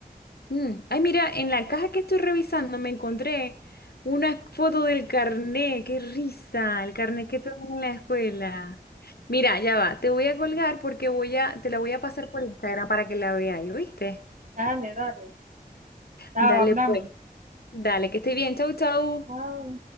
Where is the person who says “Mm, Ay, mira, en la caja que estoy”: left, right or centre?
Left